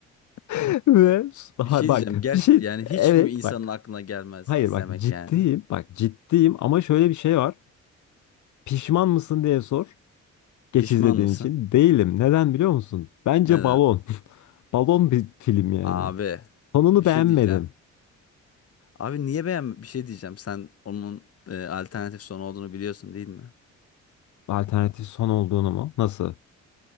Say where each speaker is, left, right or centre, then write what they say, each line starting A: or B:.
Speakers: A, on the left (about 70°); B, on the left (about 50°).
A: <laughs> Ve daha
B: Bir şey
A: bak
B: diyeceğim. Ger
A: bir şey
B: yani hiç
A: evet
B: mi insanın
A: bak.
B: aklına gelmez
A: Hayır
B: izlemek
A: bak ciddiyim.
B: yani?
A: Bak ciddiyim ama şöyle bir şey var. Pişman mısın diye sor. Geç
B: Pişman
A: izlediğin
B: mısın?
A: için. Değilim. Neden biliyor musun? Bence
B: Neden?
A: balon. <laughs> Balon bir film yani.
B: Abi
A: Sonunu
B: bir şey
A: beğenmedim.
B: diyeceğim. Abi niye beğen bir şey diyeceğim. Sen onun e, alternatif sonu olduğunu biliyorsun değil mi?
A: Alternatif son olduğunu mu? Nasıl?